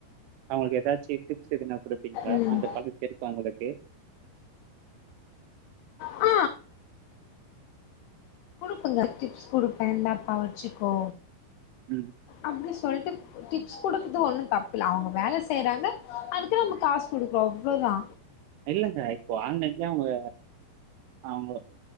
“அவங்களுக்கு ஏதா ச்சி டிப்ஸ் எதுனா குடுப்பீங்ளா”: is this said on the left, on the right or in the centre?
Right